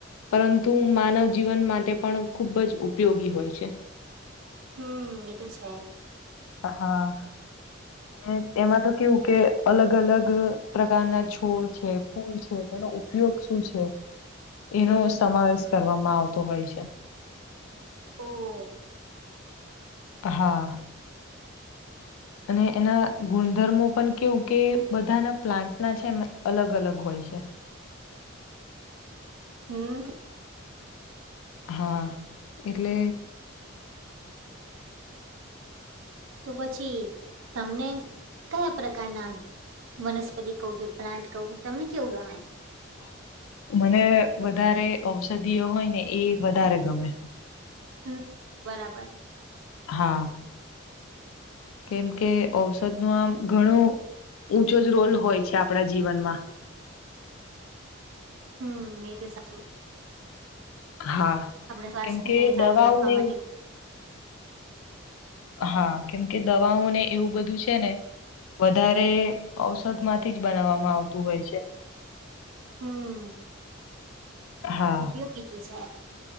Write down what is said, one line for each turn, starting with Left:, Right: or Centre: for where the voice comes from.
Left: પરંતુ માનવ જીવન માટે પણ ખૂબ જ ઉપયોગી હોય છે.
Right: હમ્મ એ તો છે.
Left: હા. અને એમાં તો કેવું કે અલગ અલગ પ્રકારના છોડ છે ફૂલ છે. એનો ઉપયોગ શું છે. એનો
Right: હમ
Left: સમાવેશ કરવામાં આવતો હોય છે.
Right: ઓ
Left: હા. અને એના ગુણધર્મો પણ કેવું કે બધાના પ્લાન્ટના છે એમ અલગ અલગ હોય છે. <unintelligible>
Right: હમ્મ.
Left: હા એટલે
Right: તો પછી તમને કયા પ્રકારના. વનસ્પતિ કહો કે પ્લાન્ટ કહો તમને કેવું ગમે.
Left: હા. મને વધારે ઔષધિઓ હોય ને એ વધારે ગમે.
Right: હમ બરાબર.
Left: હા. કેમ કે ઔષધ નું આમ ઘણું. ઊંચો જ રોલ હોય છે આપણા જીવનમાં.
Right: હમ એ તો સાચું.
Left: હા
Right: આપણા સ્વાસ્થ્યને
Left: કેમ કે દવાઓને
Right: સારું રાખવા માટે
Left: હા કેમ કે દવાઓ ને એવું બધું છે ને. વધારે ઔષધ માંથી જ બનાવવામાં આવતું હોય છે.
Right: હમ
Left: હા,
Right: ઉપયોગી તોું છે.